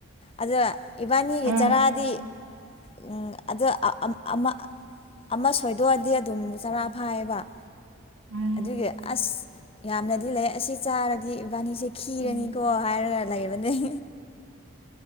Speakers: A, on the left (about 25°); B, on the right (about 80°).
A: ꯑꯗꯣ ꯏꯕꯥꯅꯤꯒꯤ
B: ꯎꯝ
A: ꯆꯔꯥꯗꯤ ꯫ ꯎꯝ ꯑꯗ ꯑ ꯑꯝ ꯑꯃ ꯑꯃ ꯁꯣꯏꯗꯣꯛꯑꯗꯤ ꯑꯗꯨꯝ ꯆꯔꯥ ꯐꯥꯏꯌꯦꯕ ꯫
B: ꯎꯝ
A: ꯑꯗꯨꯒꯤ ꯑꯁ ꯫ ꯌꯥꯝꯅꯗꯤ ꯂꯩꯌꯦ ꯑꯁꯤ ꯆꯥꯔꯗꯤ ꯏꯕꯥꯅꯤꯁꯦ ꯈꯤꯔꯅꯤꯀꯣ
B: ꯎꯝ
A: ꯍꯥꯏꯔꯒ ꯂꯩꯕꯅꯦ ꯫